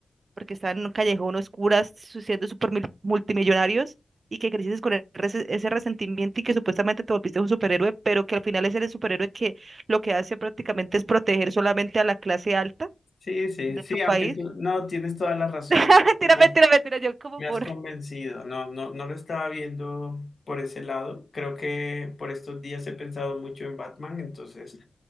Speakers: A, on the right (about 55°); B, on the left (about 50°).
A: porque estaban en un callejón oscuras siendo super mil- multimillonarios, y que creciste con el rese- ese resentimiento y que supuestamente te volviste un superhéroe, pero que al final es el superhéroe que lo que hace prácticamente es proteger solamente a la clase alta
B: Sí, sí,
A: de
B: sí,
A: tu país
B: aunque tú, no, tienes toda la razón,
A: <laughs> Mentira,
B: me,
A: mentira, mentira. Yo como
B: me-
A: por.
B: has convencido, no, no, no lo estaba viendo por ese lado, creo que por estos días he pensado mucho en Batman, entonces